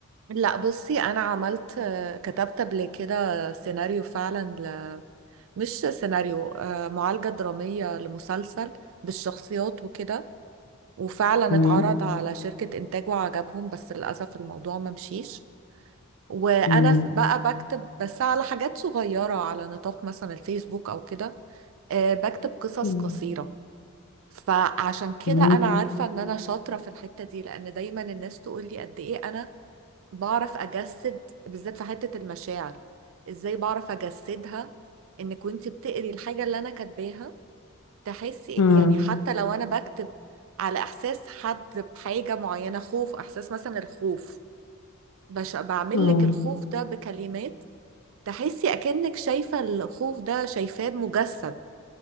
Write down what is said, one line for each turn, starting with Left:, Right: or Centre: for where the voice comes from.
Right: لا بصي انا عملت آه، كتبت قبل كده سيناريو فعلا مش سيناريو آه، معالجة درامية لمسلسل بالشخصيات وكده وفعلا
Left: مم.
Right: اتعرض على شركة إنتاج وعجبهم بس للأسف الموضوع ما مشيش وأنا
Left: مم.
Right: ف- بقى بكتب بس على حاجات صغيرة على نطاق مثلا الفيسبوك أو كده آه، بكتب قصص
Left: مم.
Right: قصيرة فعشان كده
Left: مم.
Right: أنا عارفة إن أنا شاطرة في الحتة دي لأن دايما الناس تقول لي قد إيه أنا بعرف أجسد بالذات في حتة المشاعر إزاي بعرف أجسدها إنك وإنتي بتقري الحاجة اللي أنا كاتباها تحسي
Left: مم.
Right: يعني حتى لو انا بكتب على احساس حد بحاجة معينة خوف احساس مثلا الخوف بش بعمل
Left: مم.
Right: لك الخوف ده بكلمات تحسي اكنك شايفة الخوف ده شايفاه مجسد